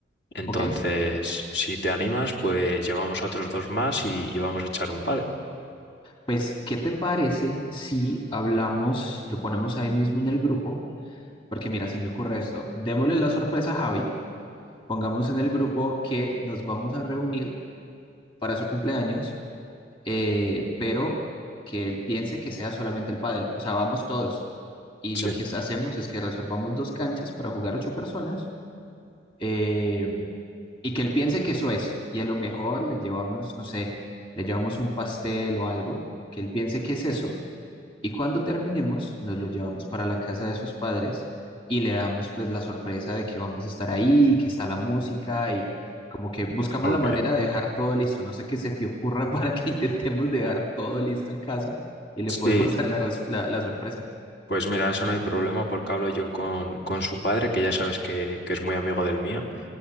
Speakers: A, on the left; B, on the left.
A: Entonces,
B: ok.
A: si te animas, pues llevamos a otros dos más y, y vamos a echar un pádel.
B: Pues, ¿qué te parece si hablamos, lo ponemos ahí mismo en el grupo? Porque mira, se me ocurre esto. Démosle la sorpresa a Javi, pongamos en el grupo que nos vamos a reunir para su cumpleaños eh, pero que él piense que sea solamente el pádel. O sea, vamos todos. Y
A: Sí,
B: lo que hacemos es que reservamos dos canchas para jugar ocho personas eh, y que él piense que eso es. Y a lo mejor le llevamos, no sé, le llevamos un pastel o algo, que él piense que es eso y cuando terminemos, nos lo llevamos para la casa de sus padres y le damos pues la sorpresa de que vamos a estar ahí, que está la música y como que buscamos
A: ok.
B: la manera de dejar todo listo. No sé qué se te ocurra <laughs> para que intentemos dejar todo listo en casa y le
A: Sí,
B: podemos <laughs> dar la, res- la- la sorpresa.
A: pues mira, eso no hay problema porque hablo yo con, con su padre, que ya sabes que, que es muy amigo del mío.